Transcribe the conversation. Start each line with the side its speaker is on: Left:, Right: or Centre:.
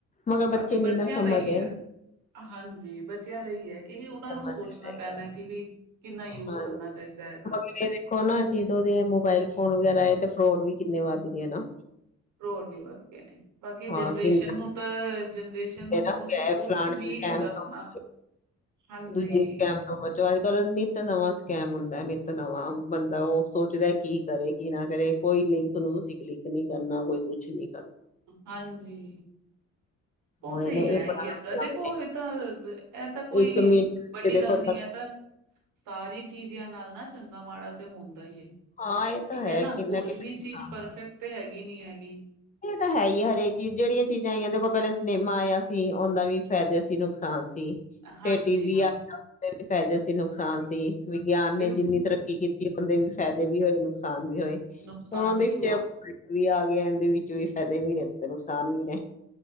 Left: ਮਗਰ
Right: ਬਾਕੀ
Left: ਬੱਚੇ ਨੀ
Right: ਬੱਚਿਆਂ
Left: ਨਾ ਸਮਝਦੇ
Right: ਲਈ ਹੈ ਹਾਂਜੀ ਬੱਚਿਆਂ ਲਈ ਹੈ ਕਿ ਵੀ ਉਹਨਾਂ
Left: ਸਮਝਦੇ
Right: ਨੂੰ ਸੋਚਣਾ
Left: ਪਏ
Right: ਪੈਣਾ
Left: ਗੱਲ
Right: ਕਿ ਵੀ ਕਿੰਨਾ ਯੂਜ
Left: ਹਾਂਜੀ।
Right: ਕਰਨਾ ਚਾਹੀਦਾ ਇਹਦਾ
Left: ਮਗਰ ਇਹ ਦੇਖੋ ਨਾ ਜਦੋਂ ਦੇ ਮੋਬਾਇਲ ਫੋਨ ਵਗੈਰਾ ਤੇ ਫਰੋਡ ਵੀ ਕਿੰਨੇ ਵੱਧ ਗਆਂ ਨਾ।
Right: ਰੋਰ ਵੀ ਵੱਧ ਗਏ ਨੇ। ਬਾਕੀ
Left: ਹਾਂ
Right: ਜਨਰੇਸ਼ਨ
Left: ਕਿੰਨਾ
Right: ਨੂੰ ਤਾਂ ਜਨਰੇਸ਼ਨ ਨੂੰ
Left: ਨਾ
Right: ਤੁਸੀਂ ਕੁਛ
Left: ਫਲਾਣੇ
Right: ਵੀ
Left: ਸਕੈਮ
Right: ਨਹੀਂ ਦੱਸਣਾ
Left: ਤੋਂ ਬਚੋ,
Right: ਹਾਂਜੀ
Left: ਦੂਜੇ ਸਕੈਮ ਤੋਂ ਬਚੋ, ਅੱਜ-ਕਲ ਨਿੱਤ ਨਵਾਂ ਸਕੈਮ ਹੁੰਦਾ। ਨਿੱਤ ਨਵਾਂ ਬੰਦਾ ਉਹ ਸੋਚਦਾ ਕੀ ਕਰੇ, ਕੀ ਨਾ ਕਰੇ, ਕੋਈ ਲਿੰਕ ਨੂੰ ਤੁਸੀਂ ਕਲਿੱਕ ਨਹੀਂ ਕਰਨਾ ਕੋਈ ਕੁਛ ਨੀ
Right: ਹਾਂਜੀ। ਉਹ
Left: ਹੋਏ
Right: ਤੇ,
Left: ਨਾ
Right: ਹੈ
Left: ਇਹ
Right: ਹੀ
Left: ਬੜਾ
Right: ਹੈਗਾ,
Left: ਨੁਕਸਾਨ
Right: ਦੇਖੋ ਇਹ ਤਾਂ ਇਹ ਤਾਂ ਕੋਈ
Left: ਇੱਕ ਮਿੰਟ
Right: ਵੱਡੀ
Left: ਚ ਦੇਖੋ
Right: ਗੱਲ ਨੀ, ਹੈ ਤਾਂ ਸਾਰੀ ਚੀਜ਼ਾਂ ਨਾਲ ਨਾ ਚੰਗਾ ਮਾੜਾ ਤੇ ਹੁੰਦਾ ਈਏ
Left: ਹਾਂ ਇਹ ਤਾਂ
Right: ਠੀਕ ਹੈ ਨਾ
Left: ਕਿੰਨਾ
Right: ਕੋਈ
Left: ਕਿੰਨਾ
Right: ਵੀ
Left: ਨੁਕਸਾਨ
Right: ਚੀਜ਼ ਪਰਫੈਕਟ ਤੇ ਹੈਗੀ ਨੀ ਐ। ਵੀ
Left: ਏ, ਤਾ, ਹੈ ਈ, ਐ, ਹਰੇਕ ਚੀਜ਼ ਜਿਹੜੀਆਂ ਚੀਜ਼ਾਂ ਆਈਆਂ ਦੇਖੋ ਪੈਲੇ ਸਿਨੇਮਾ ਆਯਾ ਸੀ, ਔੰਦਾ ਵੀ ਫੈਦੇ ਸੀ ਨੁਕਸਾਨ ਸੀ
Right: ਹਾਂਜੀ
Left: ਫੇਰ ਟੀ ਵੀ ਆਯਾ, ਫੇਰ ਫੈਦੇ ਸੀ ਨੁਕਸਾਨ ਸੀ। ਵਿਗਿਆਨ
Right: ਬਿਲਕੁਲ
Left: ਨੇ ਜਿੰਨੀ ਤਰੱਕੀ ਕੀਤ ਤੀ ਔੰਦੇ ਵੀ ਫੈਦੇ ਵੀ ਹੋਏ ਨੁਕਸਾਨ ਵੀ ਹੋਏ
Right: ਨੁਕਸਾਨ
Left: ਹੁਣ ਔੰਦੇ
Right: ਵੀ ਹੋਏ
Left: ਵਿੱਚ ਵੀ ਆ ਗਿਆ ਐੰਦੇ ਵੀ ਵਿਚ ਫੈਦੇ ਵੀ ਨੇ, ਨੁਕਸਾਨ ਵੀ ਨੇ।